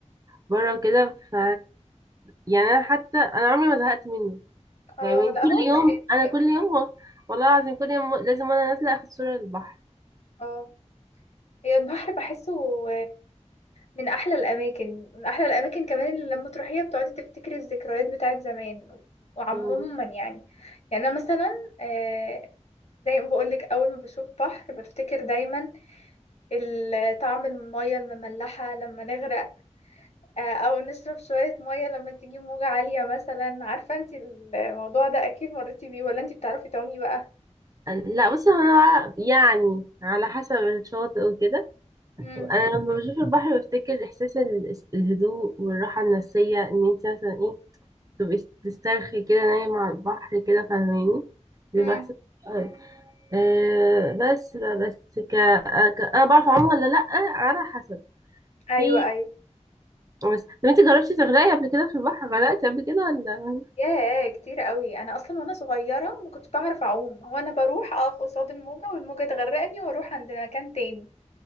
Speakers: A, on the right; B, on the left.
A: بره وكده ف يعني انا حتى انا عمري ما زهقت منه
B: اه
A: يعني
B: لا
A: كل
B: هو مش
A: يوم
B: بيتضايق
A: انا كل
B: مني
A: يوم و- والله العظيم كل يوم لازم وانا نازله اخد صوره للبحر
B: اه هي البحر بحسه من احلى الاماكن من احلى الاماكن كمان اللي لما تروحيها بتقعدي تفتكري الذكريات بتاعت زمان وعموما
A: مم.
B: يعني يعني انا مثلا آه، زي ما بقولك اول ما بشوف بحر بفتكر دايما ال- طعم المية المملحة لما نغرق آه، او نشرب شوية مية لما تيجي موجة عالية مثلا عارفة انت الموضوع ده اكيد مريتي بيه ولا انت بتعرفي تعومي بقى
A: لا بصي هو انا يعني على حسب الشاطئ وكده
B: امم
A: انا لما بشوف البحر بفتكر احساس ال- الهدوء والراحه النفسيه ان انت مثلا ايه تبقي تسترخي كده نايمه على البحر كده فاهماني بيبقى
B: امم
A: احساس آه، آه بس بقى- بس ك... آه، ك... انا بعرف اعوم ولا لا على حسب
B: ايوه
A: في
B: ايوه
A: بس طب انت جربتي تغرقي قبل كده في البحر غرقتي قبل كده ولا
B: ياه كتير قوي انا اصلا وانا صغيره ما كنتش بعرف اعوم هو انا بروح اقف قصاد الموجه والموجه تغرقني واروح عند مكان تاني